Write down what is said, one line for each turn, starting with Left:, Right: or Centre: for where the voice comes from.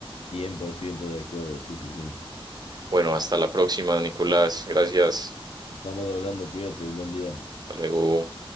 Left: cien por ciento de acuerdo, sí, sí, sí.
Right: Bueno, hasta la próxima, Nicolás. Gracias.
Left: Estamos hablando, cuídate, un buen día.
Right: Hasta luego.